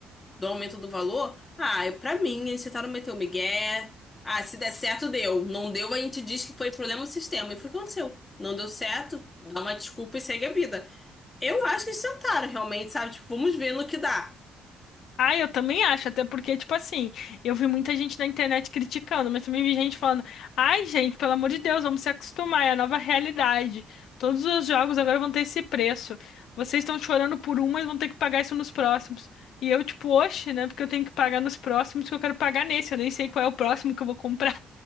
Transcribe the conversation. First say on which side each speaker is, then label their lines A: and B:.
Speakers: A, on the left (about 20°); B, on the left (about 75°).
A: do aumento do valor, ah, é pra mim, eles tentaram meter o migué. Ah, se der certo, deu. Não deu, a gente diz que foi problema do sistema. E foi o que aconteceu. Não deu certo, dá uma desculpa e segue a vida. Eu acho que eles tentaram, realmente, sabe? Tipo, vamos ver no que dá.
B: Ah, eu também acho, até porque, tipo assim, eu vi muita gente na internet criticando, mas também vi gente falando: ai, gente, pelo amor de Deus, vamos se acostumar, é a nova realidade. Todos os jogos agora vão ter esse preço. Vocês estão chorando por um, mas vão ter que pagar isso nos próximos. E eu, tipo, oxe, né? Porque eu tenho que pagar nos próximos, que eu quero pagar nesse, eu nem sei qual é o próximo que eu vou comprar.